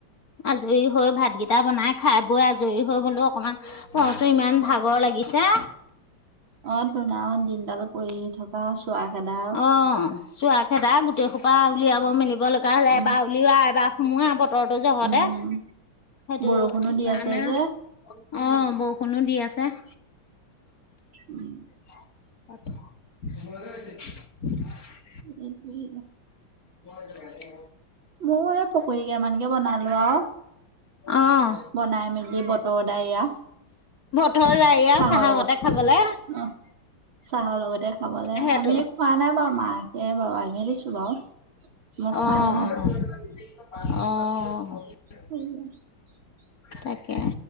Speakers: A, on the left; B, on the right.
A: আজৰি হৈ ভাতকেইটা বনাই খাই বৈ আ জৰী হৈ বলো অকমান পঢ়টো ইমান ভাগৰ লাগিছে।
B: অ তোন আ দিনডাল পৰি থকা চোৱা খেদা
A: অ', চোৱা খেদা গোটেই সোপা উলিয়াব মেলিব লগা এবাৰ
B: উম,
A: উলওৱ এবাৰ সোমোৱা তহটৰ যহতে
B: উম।
A: সেইটো
B: বৰষুণো দি
A: কাৰণে
B: আছে যে,
A: অ বৰষুণো দি আছে। <inaudible>
B: উম
A: <inaudible>
B: হুম এ
A: মই যেনেকে
B: মোৰ এই পকৰী কে মানকে বনালো আৰু
A: অ',
B: বনাই মেলি- দি বতৰ ডাৱৰীয়া
A: থৰ লায়া আ
B: চাহৰ
A: চাহ
B: লগত।
A: সতে খাবলে-
B: অ, চাহৰ লগতে খাবলে
A: সেইটো
B: আমি খোৱা নাই বাউ মা এ বাও আনি দিছো বাও মোক
A: অ',
B: খোৱাইে নাই।
A: অ'। অ
B: <inaudible>
A: তাকে